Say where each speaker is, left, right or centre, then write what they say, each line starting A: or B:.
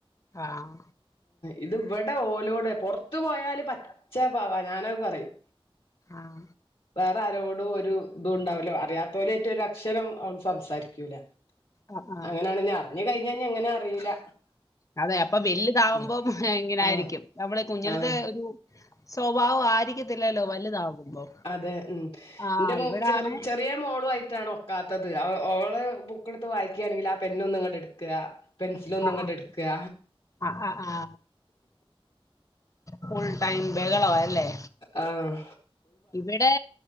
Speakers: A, on the left; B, on the left.
A: ആഹ
B: ഇത് ഇവിടെ ഓലോടെ പൊറത്ത് പോയാല് പച്ച പാവാ ഞാന പറയും
A: ആഹ
B: വേറെ ആരോടും ഒരു ഇതുണ്ടാവൂല്ല അറിയാത്തോരായിട്ടു ഒരു അക്ഷരം അവ സംസാരിക്കൂല
A: ആ, ആ.
B: അങ്ങനെയാണ് നി അറിഞ്ഞു കയിഞ്ഞ എങ്ങനാ അറിയൂല
A: അതെ അപ്പൊ വല്താവുമ്പം
B: ഇത്
A: ഇങ്ങനെ
B: ആഹ്
A: ആയിരിക്കും നമ്മള് കുഞ്ഞിലത്തെ
B: ആഹ്
A: ഒരു സ്വഭാവം ആയിരിക്കത്തില്ലല്ലോ വലുതാകുമ്പോ
B: അതെ ഉം
A: ആ
B: ന്റെ
A: ഇവിടാണ്
B: ചെറുത് ചെറിയ മോളുയായി ഒക്കാത്തത് അവ ഓളെ ബുക്കെടുത്തു വായിക്കുകയാണെങ്കിൽ ആ പെന്നൊന്നിങ്ങാട്ട് എടു എടുക്ക പെൻസിലോന്നിങ്ങാട്ട്
A: ആ
B: എടുക്കുക
A: ആ ആ ഫുൾ ടൈം ബെഹളവാ ല്ലേ
B: ആഹ
A: ഇവിടെ